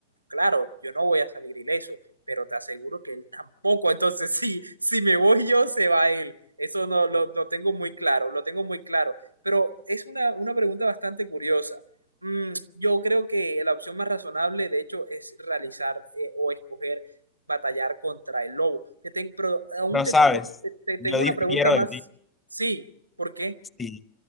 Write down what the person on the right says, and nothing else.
Claro, yo no voy a salir ileso, pero te aseguro que él tampoco. Entonces, <laughs> sí, si me voy yo, se va él. Eso no lo, lo tengo muy claro, lo tengo muy claro. Pero es una, una pregunta bastante curiosa. Mm, yo creo que la opción más razonable, de hecho, es realizar eh, o escoger batallar contra el lobo. Te ten- pero aún
te
tengo, te, te
tengo
una pregunta más.
Sí, ¿por qué?